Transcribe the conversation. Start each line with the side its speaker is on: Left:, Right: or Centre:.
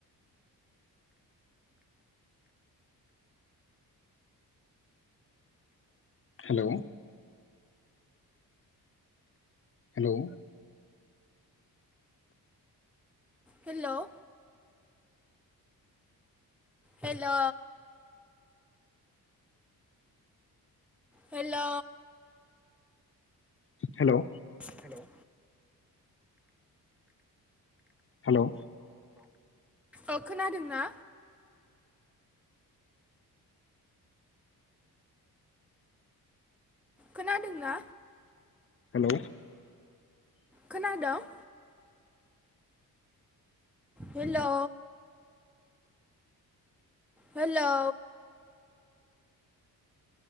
Left: hello hello
Centre: hello hello hello
Left: hello
Centre: hello
Left: hello
Centre: औ खोनादों ना? खोनादों ना?
Left: हेलौ।
Centre: खोनादोंं? Hello hello